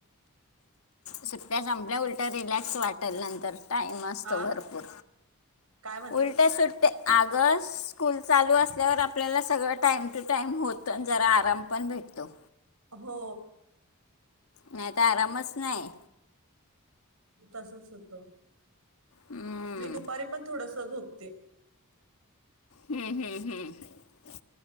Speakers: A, on the left; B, on the right.
A: सुट्या संपल्या उलट्या रिलॅक्स वाटेल नंतर टाईम असतो
B: आ
A: भरपूर
B: काय म्हणते
A: उलट्या सुटतेे आग स्कूल चालू असल्यावर आपल्याला सगळं टाईम टू टाईम होत आणि जरा आराम पण भेटतो
B: हो
A: नाही तरता आरामच नाही
B: तसच होतो
A: हम्म
B: मी दुपारी पण थोडस झूक ते
A: हम्म हम्म हम्म